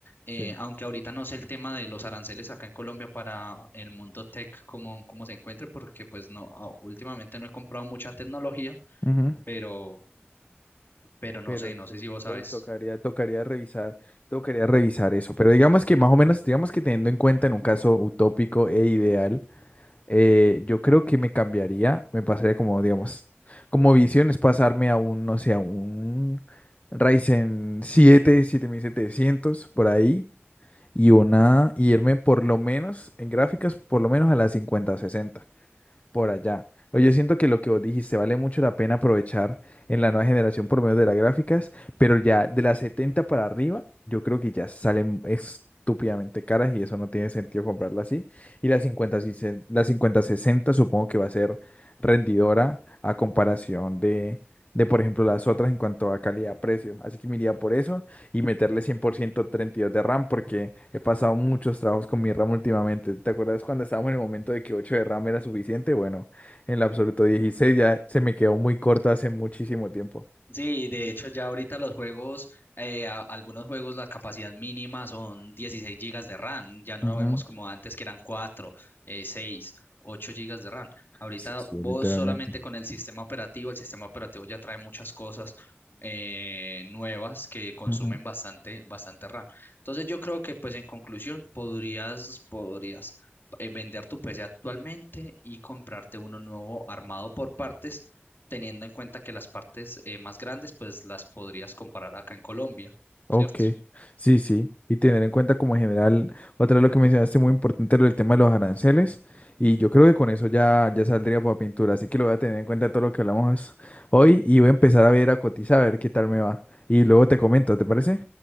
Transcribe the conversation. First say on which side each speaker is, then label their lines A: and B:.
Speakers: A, on the left (about 55°); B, on the left (about 35°).
A: eh,
B: sí.
A: aunque ahorita no sé el tema de los aranceles acá en Colombia para el mundo tech, cómo, cómo se encuentre, porque pues no, a- últimamente no he comprado mucha tecnología,
B: Ujú.
A: pero, pero no
B: Pero
A: sé, no
B: sí,
A: sé si vos
B: to-
A: sabes.
B: tocaría, tocaría revisar, tocaría revisar eso. Pero digamos que más o menos, digamos que teniendo en cuenta en un caso utópico e ideal, eh, yo creo que me cambiaría, me pasaría como, digamos, como visión es pasarme a un, no sé, a un Ryzen siete siete mil setecientos por ahí, y una, y irme por lo menos en gráficas, por lo menos a la cincuenta sesenta por allá. Oye, yo siento que lo que vos dijiste vale mucho la pena aprovechar en la nueva generación por medio de las gráficas, pero ya de las 70 para arriba, yo creo que ya salen estúpidamente caras y eso no tiene sentido comprarla así. Y la 50, si la 50 60 supongo que va a ser rendidora a comparación de, de, por ejemplo, las otras en cuanto a calidad-precio. Así que me iría por eso y meterle cien por ciento treinta y dos de RAM porque he pasado muchos trabajos con mi RAM últimamente. ¿Te acuerdas cuando estábamos en el momento de que 8 de RAM era suficiente? Bueno, en el absoluto 16 ya se me quedó muy corto hace muchísimo tiempo.
A: Sí, de hecho ya ahorita los juegos, eh, a- algunos juegos la capacidad mínima son 16 gigas de RAM, ya no
B: Ujú,
A: vemos como antes que eran 4, eh, 6, 8 gigas de RAM. Ahorita
B: Sí, sí,
A: vos
B: literalmente.
A: solamente con el sistema operativo, el sistema operativo ya trae muchas cosas eh, nuevas que consumen
B: ujú.
A: bastante, bastante RAM. Entonces yo creo que pues en conclusión podrías, podrías eh, vender tu PC actualmente y comprarte uno nuevo armado por partes teniendo en cuenta que las partes eh, más grandes, pues las podrías comparar acá en Colombia,
B: Ok,
A: ¿cierto?
B: sí, sí. Y tener en cuenta como en general, otra vez lo que mencionaste muy importante, lo del tema de los aranceles. Y yo creo que con eso ya, ya saldría para pintura. Así que lo voy a tener en cuenta todo lo que hablamos hoy y voy a empezar a ver, a cotizar, a ver qué tal me va. Y luego te comento, ¿te parece?